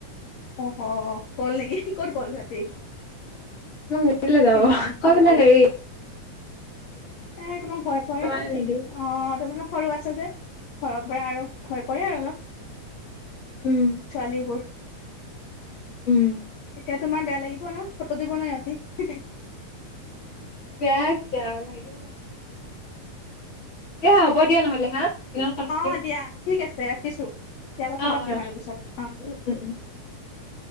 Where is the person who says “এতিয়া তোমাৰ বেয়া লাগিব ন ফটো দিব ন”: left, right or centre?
Left